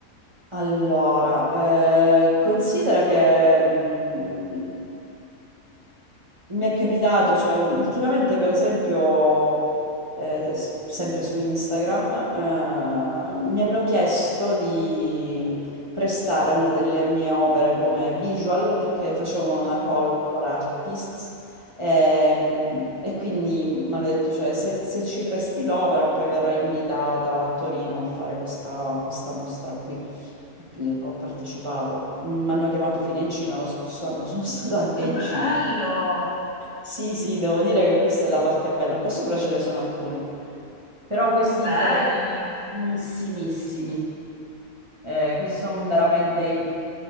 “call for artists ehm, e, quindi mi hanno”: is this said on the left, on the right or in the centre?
Right